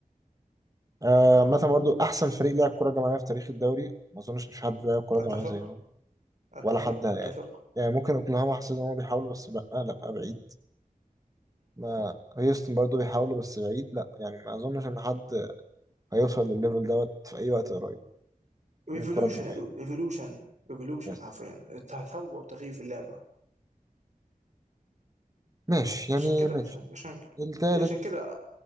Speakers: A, on the right; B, on the right.
A: آه، عامة برضو أحسن فريق لعب كرة جماعية في تاريخ الدوري ما أظنش إن في حد لعب كرة جماعية
B: اتفق
A: زيهم
B: اتفق
A: ولا حد يعني
B: اتفق
A: يعني ممكن أوكلاهاما حسيت إن هم بيحاولوا بس لأ لأ بعيد ما هيوستن برضه بيحاولوا بس بعيد لا يعني ما اظنش ان حد هيوصل للليفل دوت في اي وقت قريب
B: ريفولوشن
A: من الكرة الجماعية
B: يا دود ريفولوشن ريفولوشن
A: يس
B: حرفيا تثور وتغيير في اللعبه
A: ماشي يعني
B: عشان كده
A: ماشي
B: عشان عشان
A: التالت
B: عشان كده